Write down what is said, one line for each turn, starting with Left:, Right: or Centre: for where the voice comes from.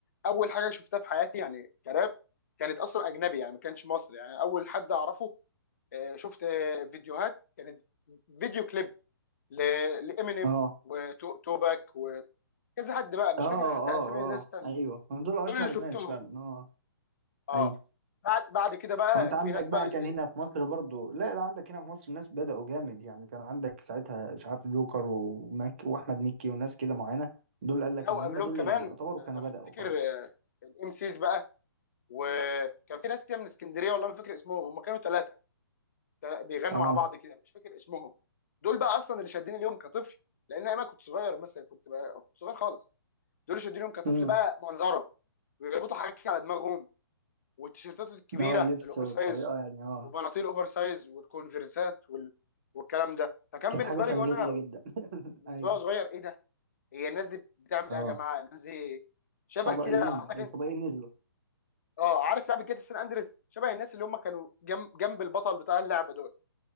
Left: اول حاجه شفتها في حياتي يعني كراب كانت اصلا اجنبي يعني ما كانش مصري يعني اول حد اعرفه آه، شفت آه، فيديوهات كانت فيديو كليب ل- لامينيم
Right: اه
Left: وتوباك وكذا حد بقى مش
Right: اه اه
Left: فاكر حتى اسامي الناس
Right: اه
Left: التانية
Right: ايوه هم دول اشهر
Left: دول اللي شفتهم
Right: ناس فعلا اه
Left: اه
Right: ايوه
Left: بعد بعد كده بقى
Right: وانت
Left: في
Right: عندك
Left: ناس
Right: بقى
Left: بقى ال-
Right: كان هنا في مصر برضو لا لا عندك هنا في مصر الناس بدأوا جامد يعني كان عندك ساعتها مش عارف جوكر ومك واحمد مكي وناس كده معينة دول قال
Left: لو
Right: لك ان
Left: قبلهم
Right: هم دول
Left: كمان
Right: اللي يعتبروا
Left: آه،
Right: كانوا
Left: انا افتكر
Right: بدأوا خالص
Left: الام سيز بقى وكان في ناس كده من اسكندريه والله ما فاكر اسمهم هم كانوا ثلاثه بيغنوا
Right: اه
Left: مع بعض كده مش فاكر اسمهم دول بقى اصلا اللي شادين اليوم كطفل لان انا كنت صغير مثلا كنت بقى كنت صغير خالص دول اللي شادين اليوم كطفل
Right: امم
Left: بقى منظرهم ويربطوا حاجات كده على دماغهم والتيشيرتات الكبيره
Right: اه اللبس
Left: الاوفر
Right: والطريقه
Left: سايز
Right: يعني اه
Left: وبناطيل الاوفر سايز والكونفرسات وال... والكلام ده فكان
Right: كانت
Left: بالنسبه
Right: حاجه ثوريه
Left: لي وانا
Right: جدا <laughs>
Left: بالنسبه
Right: ايوه
Left: لي صغير ايه ده هي الناس دي بتعمل
Right: اه
Left: ايه يا جماعه الناس دي شبه
Right: فضائيين
Left: كده عارف
Right: الفضائيين نزلوا
Left: اه عارف لعبه جاتا سان اندريس شبه الناس اللي هم كانوا جنب جنب البطل بتاع اللعبه دول